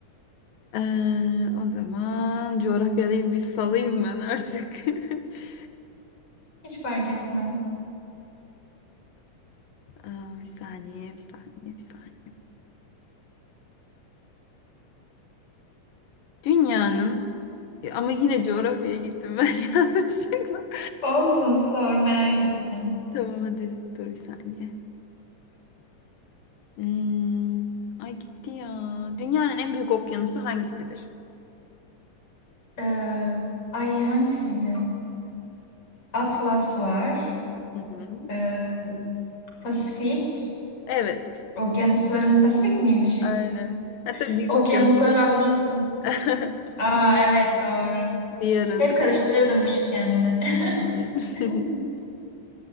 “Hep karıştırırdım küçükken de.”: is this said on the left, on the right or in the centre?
Left